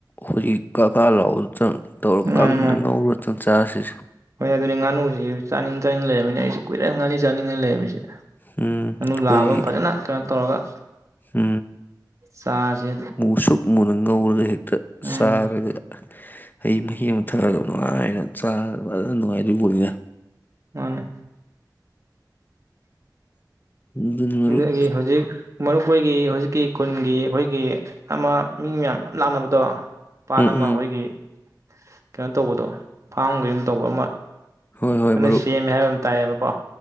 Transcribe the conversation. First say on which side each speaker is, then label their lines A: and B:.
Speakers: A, on the left; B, on the right.
A: ꯍꯧꯖꯤꯛ ꯀꯀꯥ ꯂꯥꯛꯑꯣꯗꯣ ꯇꯧ
B: ꯃꯥꯅꯤ
A: ꯀꯪꯅ ꯉꯧꯔ ꯆꯪ ꯆꯥꯁꯤꯁꯦ
B: ꯑ ꯉꯥꯅꯨꯁꯤ ꯆꯥꯅꯤꯡ ꯆꯥꯅꯤꯡ ꯂꯩꯔꯝꯃꯤꯅꯦ ꯑꯩꯁꯨ ꯀꯨꯏꯔꯒ ꯉꯥꯅꯤ ꯆꯥꯅꯤꯡꯉꯥꯏ ꯂꯩꯔꯝꯃꯤꯁꯦ
A: ꯎꯝ ꯑꯩꯈꯣꯏꯒꯤ
B: ꯉꯥꯅꯨ ꯂꯥꯕ ꯑꯃ ꯐꯖꯅ ꯀꯩꯅꯣ ꯇꯧꯔꯒ
A: ꯎ
B: ꯆꯥꯁꯦ
A: ꯃꯨꯁꯨꯛ ꯃꯨꯅ ꯉꯧꯔꯒ ꯍꯦꯛꯇ
B: ꯎꯝ
A: ꯆꯥꯔꯒ ꯍꯩ ꯃꯍꯤ ꯑꯃ ꯊꯛꯑꯒ ꯅꯨꯡꯉꯥꯏꯅ ꯆꯥ ꯐꯖꯅ ꯅꯨꯡꯉꯥꯏꯗꯣꯏꯄꯣꯅꯤꯅ
B: ꯃꯥꯅꯦ
A: ꯑꯗꯨꯅꯤ ꯃꯔꯨꯞ
B: ꯑꯗꯒꯤ ꯍꯧꯖꯤꯛ ꯃꯔꯨꯞ ꯈꯣꯏꯒꯤ ꯍꯧꯖꯤꯛꯀꯤ ꯈꯨꯟꯒꯤ ꯑꯩꯈꯣꯏꯒꯤ ꯑꯃ ꯃꯤ ꯃꯌꯥꯝ ꯂꯥꯛꯅꯕꯗꯣ ꯄꯥꯠ
A: ꯎꯝ
B: ꯑꯃ
A: ꯎꯝ
B: ꯑꯩꯈꯣꯏꯒꯤ ꯀꯩꯅꯣ ꯇꯧꯕꯗꯣ ꯐꯥꯝꯒꯌꯥꯝ ꯇꯧꯕ ꯑꯃ
A: ꯍꯣꯏ ꯍꯣꯏ ꯃꯔꯨꯞ
B: ꯑ ꯁꯦꯃꯦ ꯍꯥꯏ ꯇꯥꯏꯌꯦꯕꯀꯣ